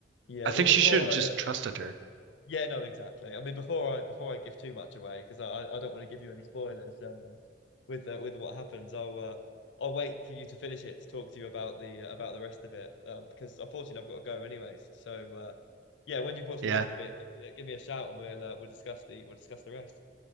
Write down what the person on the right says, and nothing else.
I
think
she should have
just
trusted her.
Yeah,